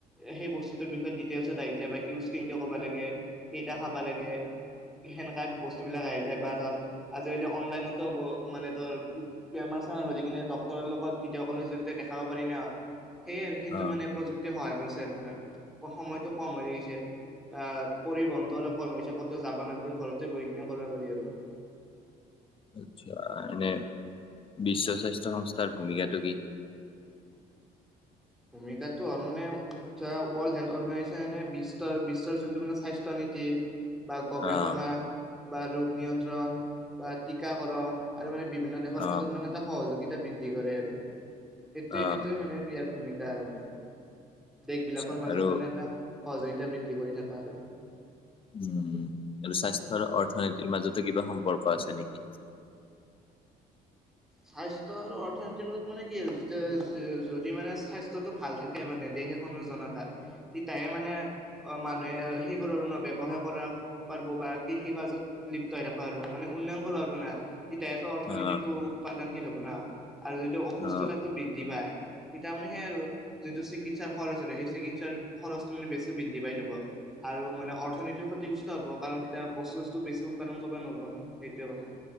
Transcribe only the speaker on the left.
অ',
<inaudible> আচ্ছা এনে বিশ্ব স্বাস্থ্য সংস্থাৰ ভূমিকাটো কি
অ',
অ',
অ',
আচ্ছা
আৰু
উম আৰু স্বাস্থ্য আৰু অৰ্থনীতিৰ মাজতো কিবা সম্পৰ্ক আছে নেকি <inaudible>
অ',
অ',